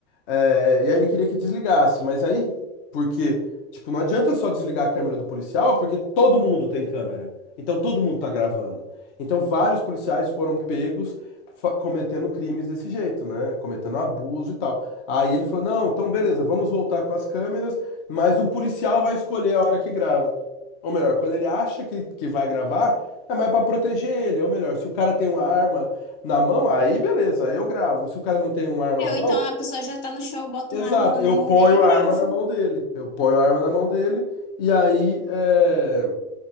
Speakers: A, on the left (about 50°); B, on the left (about 75°).
A: É, e aí ele queria que desligasse, mas aí, porque, tipo, não adianta só desligar a câmera do policial, porque todo mundo tem câmera. Então todo mundo tá gravando. Então vários policiais foram pegos fa- cometendo crimes desse jeito, né? Cometendo abuso e tal. Aí ele falou: não, então beleza, vamos voltar com as câmeras, mas o policial vai escolher a hora que grava. Ou melhor, quando ele acha que, que vai gravar, é mais pra proteger ele. Ou melhor, se o cara tem uma arma na mão, aí beleza, aí eu gravo. Se o cara não tem uma arma
B: É,
A: na
B: ou
A: mão.
B: então a pessoa já tá no chão, eu boto
A: Exato,
B: uma arma
A: eu
B: na mão
A: ponho
B: dele e
A: a
B: gravo.
A: arma na mão dele. Eu ponho a arma na mão dele e aí é,